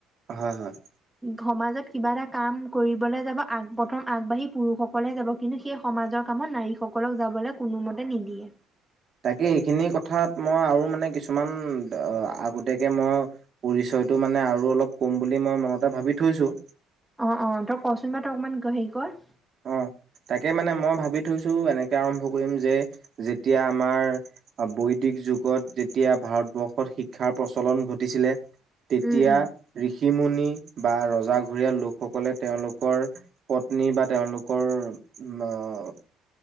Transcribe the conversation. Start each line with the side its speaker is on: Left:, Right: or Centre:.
Right: হয় হয় হয়।
Centre: সমাজত কিবা এটা কাম কৰিবলৈ যাব, আগ, প্ৰথম আগবাঢ়ি পুৰুষসকলে যাব, কিন্তু সেই সমাজৰ কামত নাৰীসকলক যাবলৈ কোনোমতে নিদিয়ে
Right: তাকে এইখিনি কথাত‌ মই আৰু মানে, কিছুমান আগতীয়াকে মই, পৰিচয়টো মানে আৰু অলপ কম বুলি মই মনতে ভাবি থৈছোঁ
Centre: অ' অ', তই কচোন বাৰু তই অকমান হেৰি কৰ
Right: অ, তাকে মানে মই ভাবি থৈছো এনেকে আৰম্ভ কৰিম যে, যেতিয়া আমাৰ বৈদিক যুগত যেতিয়া ভাৰতবৰ্ষত শিক্ষাৰ প্ৰচলন ঘটিছিলে তেতিয়া
Centre: উম উম
Right: ঋষিমুনি বা ৰজা ঘৰীয়া লোকসকলে, তেওঁলোকৰ পত্নী বা তেওঁলোকৰ উ,